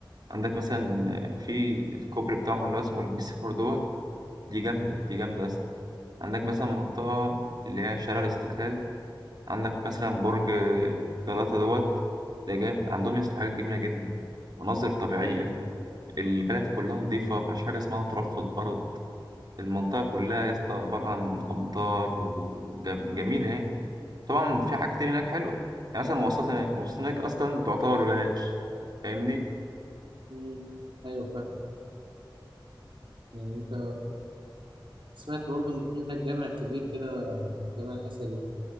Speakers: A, on the right (about 50°); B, on the right (about 70°).
A: عندك مثلا في الكوبري بتاعهم اللي هو اسمه البيس فور دوت دي جامدة دي جامدة أصلا عندك مثلا منطقة اللي هي شارع الاستقلال عندك مثلا برج جلاتا دوت ده جامد عندهم يا اسطى حاجات جميلة جدا مناظر طبيعية
B: مم.
A: البلد كلها نظيفة مفيش حاجة اسمها تراب في الأرض المنطقة كلها يا اسطى عبارة عن أمطار وجميلة يعني طبعا في حاجات كتير هناك حلوة يعني مثلا مواصلات هناك المواصلات هناك أصلا تعتبر ببلاش فاهمني
B: مم. أيوة فاهم يعني أنت أنا سمعت برضه إن في هناك جامع كبير كده جامع أثري